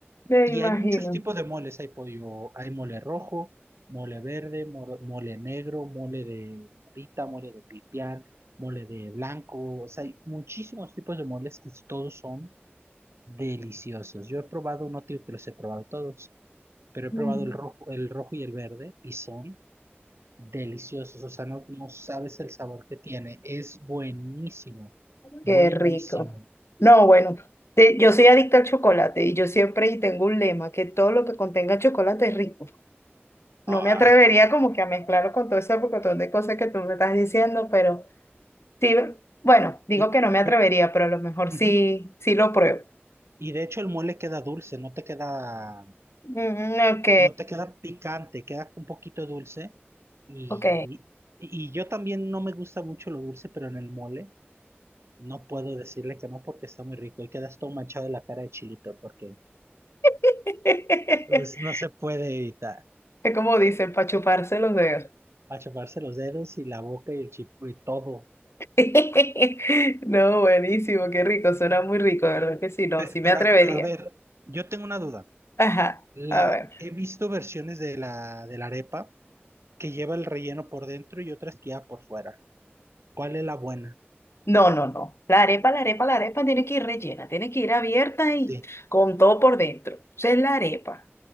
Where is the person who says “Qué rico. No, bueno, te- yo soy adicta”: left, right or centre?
Left